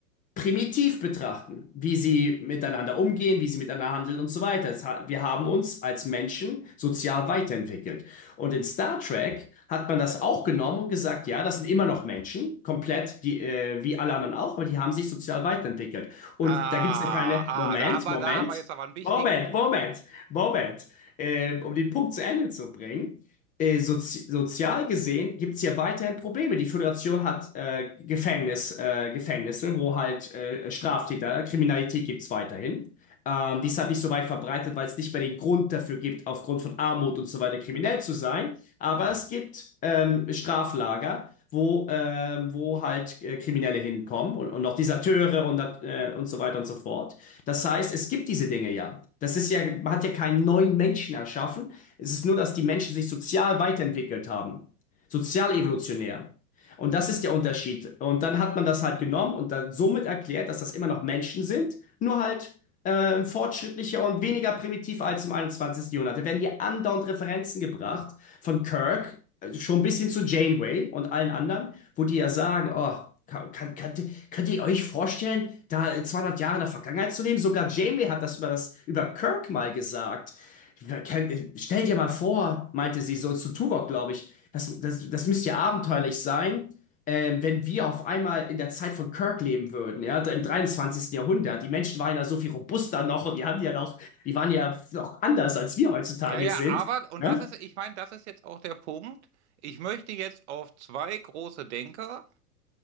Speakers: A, on the left; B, on the right.
A: primitiv betrachten, wie sie miteinander umgehen, wie sie miteinander handeln und so weiter. Es hat- Wir haben uns als Menschen sozial weiterentwickelt. Und in Star Trek hat man das auch genommen und gesagt, ja, das sind immer noch Menschen, komplett die, äh, wie alle anderen auch, aber die haben sich sozial weiterentwickelt. Und
B: Ah,
A: da gibt es ja keine, Moment,
B: ah, da haben wir,
A: Moment,
B: da haben wir jetzt aber einen wichtigen
A: Moment,
B: Punkt.
A: Moment, Moment, äh, um den Punkt zu Ende zu bringen äh, sozi sozial gesehen gibt es ja weiterhin Probleme. Die Föderation hat äh, Gefängnis, äh, Gefängnisse, wo halt äh, Straftäter, Kriminalität gibt es weiterhin. Ähm, die ist halt nicht so weit verbreitet, weil es nicht mehr den Grund dafür gibt, aufgrund von Armut und so weiter kriminell zu sein. Aber es gibt ähm, Straflager, wo, ähm, wo halt äh, Kriminelle hinkommen und, und auch Deserteure und, dat- äh, und so weiter und so fort. Das heißt, es gibt diese Dinge ja. Das ist ja, man hat ja keinen neuen Menschen erschaffen, es ist nur, dass die Menschen sich sozial weiterentwickelt haben. Sozial evolutionär. Und das ist der Unterschied. Und dann hat man das halt genommen und dann somit erklärt, dass das immer noch Menschen sind, nur halt ähm, fortschrittlicher und weniger primitiv als im 21. Jahrhundert. Da werden hier andauernd Referenzen gebracht von Kirk, äh, schon ein bisschen zu Janeway und allen anderen, wo die ja sagen, oh, kann, kann, könnt, könnt ihr euch vorstellen, da 200 Jahre in der Vergangenheit zu leben? Sogar Janeway hat das über, das über Kirk mal gesagt. Wer kennt- Stell dir mal vor, meinte sie so zu Tuvok, glaube ich, das, das, das müsste ja abenteuerlich sein, ähm, wenn wir auf einmal in der Zeit von Kirk leben würden, ja, im dreiundzwanzigsten Jahrhundert. Die Menschen waren ja so viel robuster noch und die haben ja noch, die waren ja noch anders, als wir heutzutage
B: Ja, ja,
A: sind.
B: aber, und
A: Ne?
B: das ist, ich meine, das ist jetzt auch der Punkt. Ich möchte jetzt auf zwei große Denker.